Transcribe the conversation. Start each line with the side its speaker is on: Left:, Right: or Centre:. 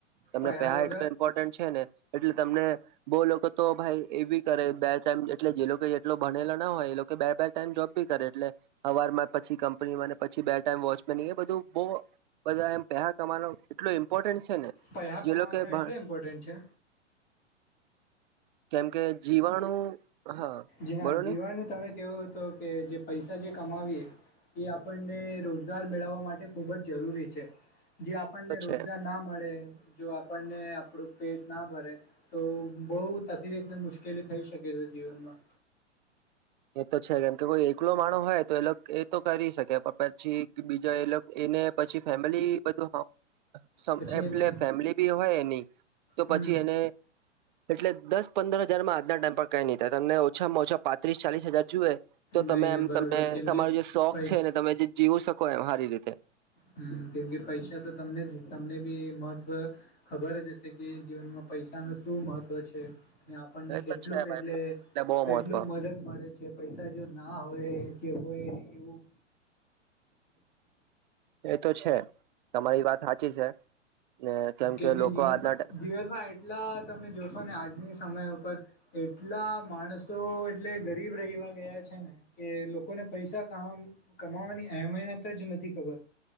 Right: તમને
Left: પૈહા
Right: પેહા
Left: વગર
Right: એટલું ઇમ્પોર્ટન્ટ છે ને એટલે તમને બહુ લોકો તો ભાઈ એ બી કરે બે ટાઈમ એટલે જે લોકો ભણેલો ના હોય એ કે બે, બે ટાઈમ જોબ બી કરે એટલે હવાર પછી કંપનીને પછી બે ટાઈમ વોચ એ બધું બહુ બધા એમ પેહા કમાનો એટલ ઇમ્પોર્ટન્ટ છે ને
Left: પૈહા કમાવાનું
Right: જે લોકો ભ
Left: એટલે ઇમ્પોર્ટન્ટ છે
Right: કેમ કે જીવાણુ હા
Left: જ હા
Right: બોલો
Left: જીવાનું
Right: ને
Left: તમે કેવું તો કે જે પૈસા જે કમાવીએ એ આપણને રોજગાર મેળવવા માટે ખૂબ જ જરૂરી છે જો આપણને
Right: તો
Left: રોજગાર
Right: છે
Left: ના મળે જો આપણને આપણું પેટ ના ભરે તો બહુ તકલીફ ને મુશ્કેલી થઈ શકે છે જીવનમાં
Right: એ તો છે કેમ કે કોઈ એકલો માહણ હોય તો એ એ તો કરી શકે પછી બીજા એ ને પછી ફેમિલી બધું હોય
Left: પછી
Right: એટલે
Left: એને
Right: ફેમિલી બી હોય એની તો
Left: હમ
Right: પછી એને એટલે દસ, પંદર હજાર આજના ટાઈમ પર ક્યાઈ નહીં થાય તમ ઓછામાં ઓછા પાંત્રીસ, ચાલીસ હજાર જુએ તો
Left: નહી
Right: તમે એમ
Left: બરોબર
Right: તમે
Left: કેમ
Right: તમાર
Left: કે
Right: જે શોખ
Left: પૈસા
Right: છેને તમે જે જીવું શકો એ હારી રીતે
Left: હમ કેમકે પૈસા તો તમને તમને બી મહત્વ ખબર જ હશે કે જીવનમાં પૈસા પૈસા નું શું મહત્વ છે આપણને
Right: એ
Left: કેટલુંક
Right: તો છે ભાઈ
Left: એટલે
Right: બહુ એટલે બહુ
Left: કેટલુંક
Right: મહત્વ
Left: મદદ મળે છે પૈસા જો ના હોય કે હોય એવું
Right: એ તો છે તમારી વાત હાચી છે ને
Left: કેમ કે
Right: લોકો
Left: જીવનમાં
Right: આજના
Left: જીવનમાં એટલા તમે જોશો ને આજની સમય ઉપર એટલા માણસો એટલે ગરીબ રહી ગયા છે ને કે લોકોને પૈસા કમાવાની એહીયમત જ નથી ખબર